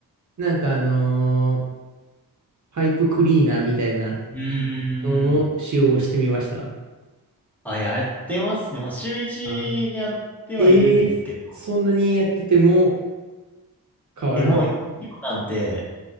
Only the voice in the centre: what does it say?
うーん。
あ、やってますね。もう週一やってはいるんですけど。
え、もう、今なんて、